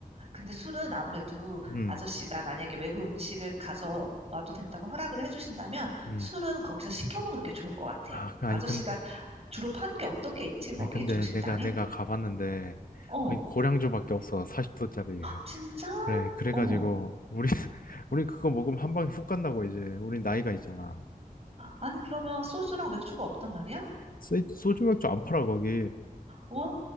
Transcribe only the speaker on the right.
근데 술은 아무래도
아저씨가 만약에 외부 음식을 가져와도 된다고 허락을 해주신다면
술은 거기서 시켜 먹는 게 좋을 것 같아.
아저씨가
주로 파는 게 어떤 게 있지 거기
중식당에?
어,
진짜?
어머.
아니 그러면 소주랑 맥주가 없단 말이야?
와,